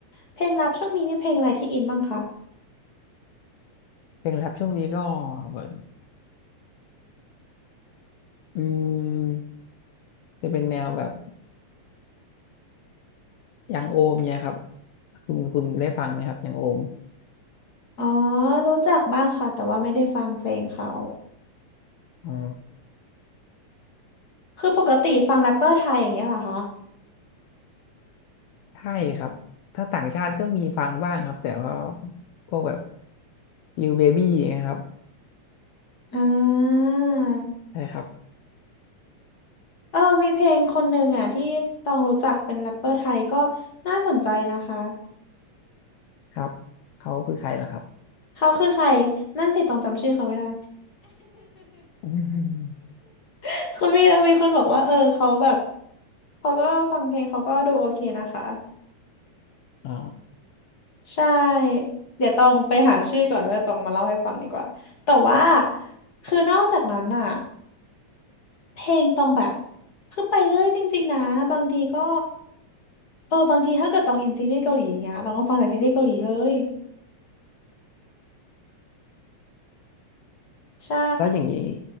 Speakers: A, on the left (about 45°); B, on the left (about 80°).
A: เพลงรับช่วงนี้มีเพลงอะไรที่อินบ้างคะ
B: เพลงแรปช่วงนี้ก็เืออืมจะเป็นแนวแบบ อย่างโอมเนี่ยครับคุณคุณได้ฟังไหมครับอย่างโอม
A: อ๋อรู้จักบ้างค่ะแต่ว่าไม่ได้ฟังเพลงเขา
B: อ๋อ
A: คือปกติฟังแรปเปอร์ไทยอย่างเงี้ยเหรอคะ
B: ใช่ครับถ้าต่างชาติก็มีฟังบ้างครับแต่ว่าพวกแบบลิวเบบี้นะครับ
A: อ่า
B: ใช่ครับ
A: เออมีเพลงคนหนึ่งอ่ะที่ต้องรู้จักเป็นแรปเปอร์ไทยก็น่าสนใจนะคะ
B: ครับเขาคือใครล่ะครับ
A: เขาคือใคร นั่นสิต้องจำชื่อเขาไม่ได้
B: อืม
A: <laughs> คือมีมีคนบอกว่าเออเขาแบบ เขาก็ฟังเพลงเขาก็ดูโอเคนะคะ
B: อ๋อ
A: ใช่ เดี๋ยวต้องไปหาชื่อก่อนแล้วตองมาเล่าให้ฟังดีกว่า แต่ว่า คือนอกจากนั้นอ่ะ เพลงตองแบบคือไปเรื่อยจริงๆนะบางทีก็เออบางทีถ้าเกิดตองอินซีรีส์เกาหลีอย่างเงี้ยตองก็ฟังแต่ซีรีส์เกาหลีเลยใช่
B: แล้วอย่างนี้